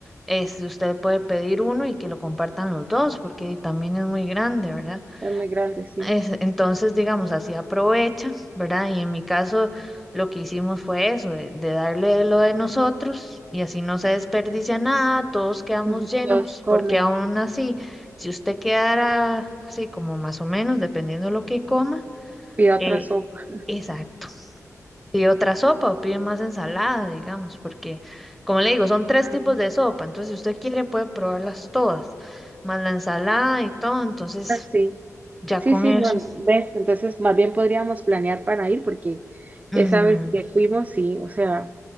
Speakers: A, in the centre; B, on the right.
A: este, usted puede pedir uno y que lo compartan los dos, porque también es muy grande, ¿verdad?
B: Es muy grande, sí.
A: Es- entonces, digamos, así aprovecha, ¿verdad? Y en mi caso, lo que hicimos fue eso, de, de darle lo de nosotros y así no se desperdicia nada, todos quedamos
B: Ujú.
A: llenos,
B: Todos comen,
A: porque aún así, si usted quedara así como más o menos, dependiendo de lo que coma,
B: pide otra
A: eh,
B: sopa.
A: exacto. Pide otra sopa o pide más ensalada, digamos, porque, como le digo, son tres
B: Ah,
A: tipos de sopa, entonces si usted quiere puede probarlas todas, más la ensalada y todo, entonces
B: sí.
A: ya
B: Sí,
A: con
B: sí,
A: eso.
B: no, no, ves, entonces más bien podríamos planear para ir porque
A: Ujú.
B: esa vez que fuimos, sí, o sea,